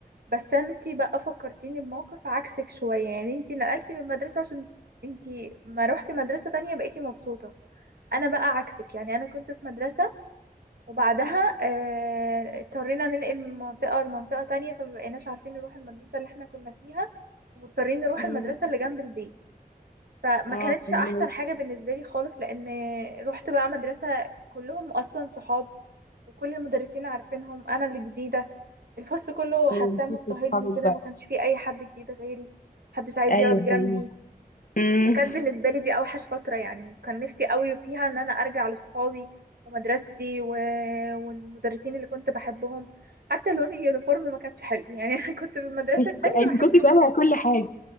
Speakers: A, on the right; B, on the left.
A: بس انتي بقى فكرتيني بموقف عكسك شوية يعني انتي نقلتي من المدرسة عشان انتي ما روحتي مدرسة تانية بقيتي مبسوطة انا بقى عكسك يعني انا كنت في مدرسة وبعدها آه، اضطرينا ننقل من منطقة لمنطقة تانية فمبقيناش عارفين نروح المدرسة اللي احنا كنا فيها ومضطرين نروح
B: مم.
A: المدرسة اللي جنب البيت فما
B: اه
A: كانتش
B: فهمت
A: أحسن حاجة بالنسبة لي خالص لأن رحت بقى مدرسة كلهم أصلا صحاب وكل المدرسين عارفينهم أنا اللي جديدة الفصل كله حاساه
B: نسيت
A: مضطهدني
B: اصحابك
A: كده
B: بقى
A: ما كانش فيه أي حد جديد غيري محدش عايز
B: ايوه
A: يقعد جنبي
B: فهمت مم.
A: فكانت بالنسبة لي دي أوحش فترة يعني كان نفسي قوي فيها إن أنا أرجع لصحابي ومدرستي و... والمدرسين اللي كنت بحبهم حتى لون اليونيفورم ما كانش حلو يعني <laughs> أنا كنت في المدرسة
B: <laughs>
A: التانية
B: انت
A: بحب
B: كنت كارهة كل حاجة